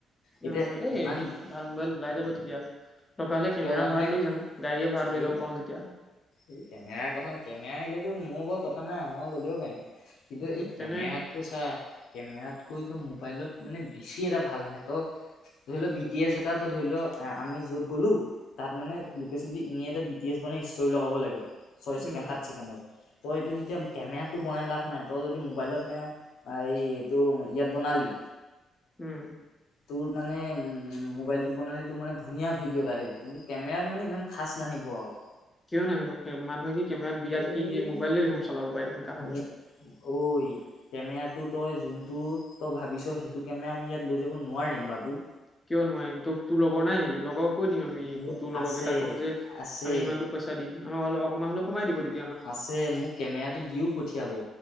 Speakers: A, on the left; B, on the left.
A: এতিয়া
B: অ এই
A: ইমান
B: ভাল মোবাইল ওলাই যাব তেতিয়া টকা হলে কেমেৰা
A: কিয় জানানে
B: ভাড়াত লৈ যাম গাড়ীয়ে ভাৰা
A: হেৰি
B: লৈ যাব পাও যেতিয়া
A: এই কেমেৰাৰ কথা কেমেৰা আহিলেতো মোৰ বৰ কথা নাই মই ল'লেও পাৰিম কিন্তু
B: উম
A: এই
B: তেনে
A: কেমেৰাত ঐ চা কেমেৰাতকৈতো মোবাইলত মানে বেছি এটা ভাল আহে ত ধৰি লও বি টি এছ এটা ধৰি লও আমি য'ত গ'লো তাত মানে লোকেচনটো এনেই এটা বি টি এছ বনাই ষ্ট্ৰৰি লগাব লাগে ছয় ছেকেণ্ড
B: উম
A: সাত ছেকেণ্ডত ত' এইটো এতিয়া কেমেৰাটো বনাই লাভ নাই ত' যদি মোবাইলত এয়া আৰু এই এইটো ইয়াত বনালি
B: উম
A: তোৰ মানে মোবাইলটোত বনালে তোৰ মানে ধুনীয়া ভিডিঅ' এটা আহিব কিন্তু কেমেৰাত মানে ইমান খাচ নাহিব আৰু
B: কিয় নাহিব মানুহে কি কেমেৰাত বিয়াত
A: এই
B: কি এনে মোবাইলে দেখোন চলাব পাৰে তেনেকা হলে
A: মোৰ ঐ কেমেৰাটো তই যোনটো তই ভাবিছ সেইটো কেমেৰা আমি ইয়াত লৈ যাব নোৱাৰিম বাবু
B: কিয় নোৱাৰিম তোক তোৰ লগৰ নাই লগৰক কৈ দিম আমি আমি
A: মোক
B: তোৰ লগৰ
A: আছে
B: কেইটাক কম যে
A: আছে
B: আমি ইমানতো পইচা দিম আমাৰ হ'লে অকণমান হলে কমাই দিব তে
A: আছে মোক, কেমেৰাটো দিওঁ পঠিয়াব।